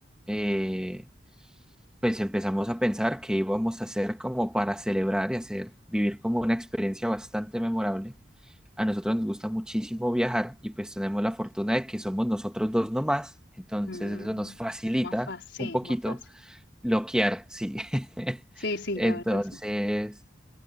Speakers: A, in the centre; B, on the left.
A: eh, pues empezamos a pensar qué íbamos a hacer como para celebrar y hacer, vivir como una experiencia bastante memorable. A nosotros nos gusta muchísimo viajar y pues tenemos la fortuna de que somos nosotros dos nomás, entonces
B: Mm,
A: eso nos facilita
B: más fácil,
A: un poquito
B: sí, más fácil.
A: bloquear, sí. <laughs>
B: Sí, sí,
A: Entonces,
B: la verdad sí.